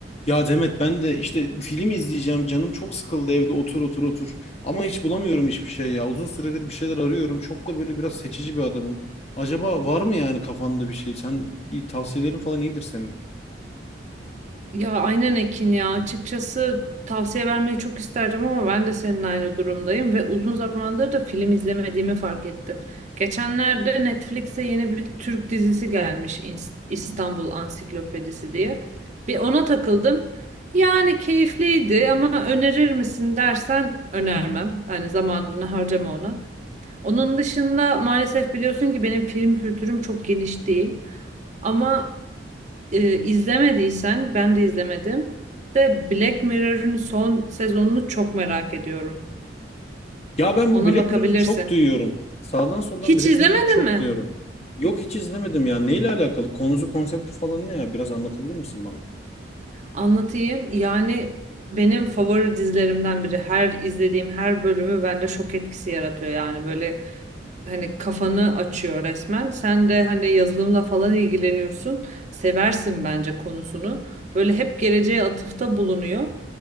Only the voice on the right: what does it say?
Ya aynen Ekin ya açıkçası tavsiye vermeyi çok isterdim ama ben de senin aynı durumdayım ve uzun zamandır da film izlemediğimi fark ettim. Geçenlerde Netflix'e yeni bir Türk dizisi gelmiş İns- İstanbul Ansiklopedisi diye. Bir ona takıldım. Yani keyifliydi ama önerir misin dersen önermem. Hani zamanını harcama ona. Onun dışında maalesef biliyorsun ki benim film kültürüm çok geniş değil. Ama e, izlemediysen ben de izlemedim. De Black Mirror'ın son sezonunu çok merak ediyorum.
Ona
bakabilirsin.
Hiç
izlemedin
mi?
Anlatayım. Yani benim favori dizilerimden biri. Her izlediğim her bölümü bende şok etkisi yaratıyor. Yani böyle hani kafanı açıyor resmen. Sen de hani yazılımla falan ilgileniyorsun. Seversin bence konusunu. Böyle hep geleceğe atıfta bulunuyor.